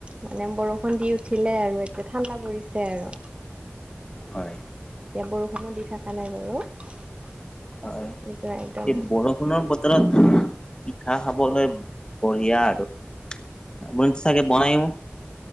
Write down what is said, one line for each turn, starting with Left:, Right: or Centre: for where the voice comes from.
Right: মানে বৰষুণ দি উঠিলে আৰু এয়া ঠাণ্ডা পৰিছে আৰু।
Left: হয়।
Right: এতিয়া বৰষুণো দি থাকা নাই বাৰু।
Left: হয়
Right: কিন্তু একদম
Left: এই বৰষুণৰ বত তৰত পিঠা খাবলৈ বঢ়িয়া আৰু। আপুনিটো চাগে বনাইয়ো?